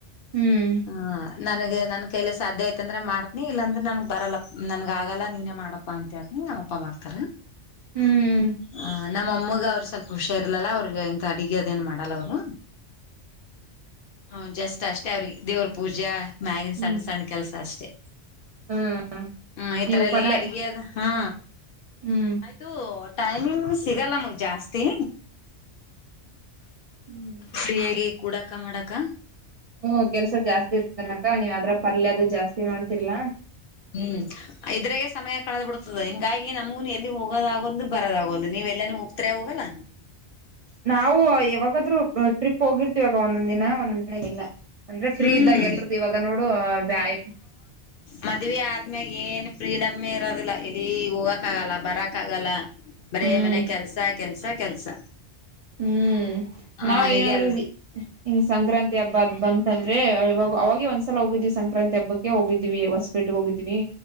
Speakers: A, on the right (about 55°); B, on the left (about 60°).
A: ಹ್ಮ್.
B: ಹ ನನಗೆ ನನ್. ಕೈಲ ಸಾಧ್ಯ ಆಯತಂದ್ರೆ ಮಾಡ್ತನಿ ಇಲ್ಲಾಂದ್ರೆ ನನ್ಗ್ ಬರಲ್ಲ ನನ್ಗ ಆಗಲ್ಲ ನೀನೇ ಮಾಡಪ್ಪಾ ಅಂತ ಹೇಳ್ನಿ ನಮ್ಮಪ್ಪಾ ಮಾಡ್ತಾರ
A: ಹ್ಮ್ ಹ್ಮ್
B: ಹ ನಮ್ಮ ಅಮ್ಮಗ ಅವ್ರರು ಸ್ವಲ್ಪ ಹುಷಾರರ್ಲಲ್ಲ ಅವ್ರಗ ಎಂತ ಅಡಗೆ ಅದೇಏನ್ ಮಾಡಲ್ಲ ಅವ್ರು ಹ ಜಸ್ಟ್ ಅಷ್ಟೇ ಅವ್ರಿಗೆ ದೇವ್ರ ಪೂಜೆ ಮ್ಯಾಗಿನ್
A: ಹ್ಮ್
B: ಸಣ್ಣ ಸಣ್ಣ ಕೆಲ್ಸ ಅಷ್ಟೇ
A: ಹ್ಮ್
B: ಹ್ಮ ಈ
A: ನೀವು
B: ತರ ಎಲ್ಲೆಲ್ಲಾ
A: ಪಲ್ಲೆ
B: ಅಡಗೆದ ಹಾ
A: ಹ್ಮ್
B: ಆಯ್ತು ಟೈಮಿಂಗ್ ಸಿಗಲ್ಲ ನಮಗ್ ಜಾಸ್ತಿ
A: ಹ್ಮ್
B: ಫ್ರೀಯಾಗಿ ಕೂಡಾಕ ಮಾಡಾಕ
A: ಹ್ಮ್ ಕೆಲ್ಸ ಜಾಸ್ತಿ ಇರ್ತದನಕ ನೀವ್ ಅದ್ರ ಪಲ್ಲ್ಯ ಅದು ಜಾಸ್ತಿ ಮಾಡ್ತಿರ್ಲಾ
B: ಹ್ಮ್ ಇದ್ರಾಗ ಸಮಯ ಕಳೆದ ಬಿಡ್ತದೆ ಹಿಂಗಾಗಿ ನಮ್ಗೂನು ಎಲ್ಲಿ ಹೋಗೋದಾಗೊಂದು ಬರೋದಾಗೋದು ನೀ ನೀ ಎಲ್ಲನು ಹೋಗ್ತಾರೆ ಹೋಗಲ್ಲ
A: ನಾವು ಯಾವಾಗಾದ್ರೂ ಟ್ರಿಪ್ ಹೋಗಿರ್ತಿವ ಒಂದೊಂದ್ ದಿನ ಒಂದೊಂದ ಲ್ಲ ಅಂದ್ರೆ ಫ್ರೀ
B: ಹ್ಮ್
A: ಇದ್ದಾಗ ಎಲ್ರದದು ಇವಾಗ ನೋಡು ಬ್ಯಾಯ
B: ಮದ್ವೆ ಆದ್ಮ್ಯಾಗ ಏನ್ ಫ್ರೀಡಮ ಇರೋದಿಲ್ಲ ಇಲ್ಲಿ ಹೋಗಕ್ ಆಗಲ್ಲ ಬರಕ್ ಆಗಲ್ಲ ಬರೇ
A: ಹ್ಮ್
B: ಮನೆ ಕೆಲ್ಸ ಕೆಲ್ಸ ಕೆಲ್ಸ
A: ಹ್ಮ್
B: ಹ
A: ನಾವ್ ಏನಾದ್ರೂ
B: ಈಗೆಲ್ಲ
A: ಹಿಂಗ ಸಂಕ್ರಾತಿ ಹಬ್ಬ ಅದ್ ಬಂತಂದ್ರೆವಾಗ ಅವಾಗ ಒಂದ್ಸಲ ಹೋಗಿದೀವಿ ಸಂಕ್ರಾಂತಿ ಹಬ್ಬಕ್ಕೆ ಹೋಗಿದೀವಿ ಹೊಸ್ಪೇ ಬಟ್ಟಿಗೆ ಹೋಗಿದ್ದೀನಿ